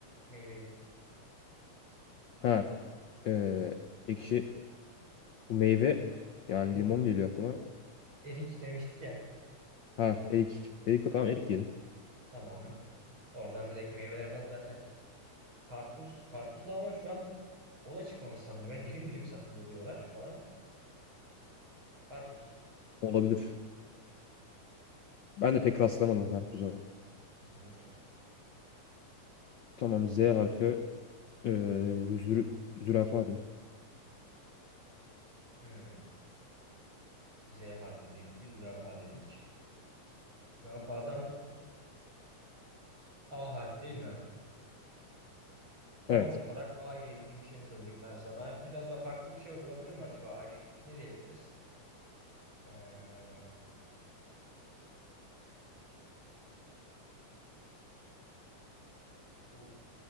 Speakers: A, on the right; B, on the left.
A: meyveyi.
B: Ha. E, ekşi Bu meyve yani
A: Aha.
B: limon geliyor aklıma.
A: Erik demiştik ya.
B: Ha erik. Erik tamam erik diyelim.
A: Tamam. Oradan direkt meyvelerden zaten karpuz. Karpuz da ama şu an o da çıkmamış sanırım. Ya. Dilim dilim satılıyor diyorlar falan. Karpuz.
B: Olabilir. Ben de pek rastlamadım karpuza.
A: Hı hı.
B: Tamam Z harfi. E, zü- zürafa diyeyim.
A: Hmm. Z harfiyle ilgili zürafa dedik. Zürafadan A harfi değil mi? Son
B: Evet.
A: olarak A ile ilgili bir şey söyleyeyim ben sana. Biraz da farklı bir şey olabilir mi acaba A ile ilgili? Ne diyebiliriz? Ee, bu